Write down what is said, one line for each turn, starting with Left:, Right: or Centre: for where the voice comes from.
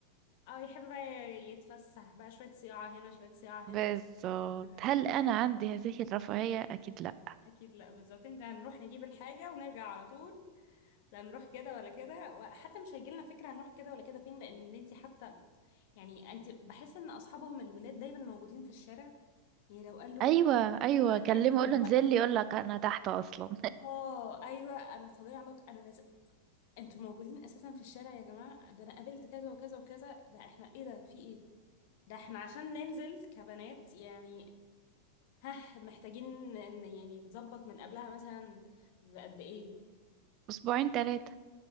Left: اه يحب بقى يتفسح بقى شوية صياعة هنا شوية صياعة هنا
Right: بالظبط
Left: <laughs>
Right: هل انا عندي هذه الرفاهية اكيد لا
Left: اكيد لا بالظبط انت هنروح نجيب الحاجة ونرجع على طول لا نروح كده ولا كده وحتى مش هيجيلنا فكرة هنروح كده ولا كده فين لان انت حتى يعني انت بحس ان اصحابهم الولاد دايما موجودين في الشارع يعني لو قال له
Right: ايوه ايوه
Left: يلا
Right: كلمه
Left: نتقابل دلوقتي
Right: اقول له انزل لي يقول لك انا تحت اصلا
Left: اه ايوه انا طالع لك انا نازل انتوا موجودين اساسا في الشارع يا جماعه ده انا قابلت كذا وكذا وكذا ده احنا ايه ده في ايه ده احنا عشان ننزل كبنات يعني ها محتاجين ان يعني نظبط من قبلها مثلا بقد ايه
Right: <laughs> اسبوعين ثلاثة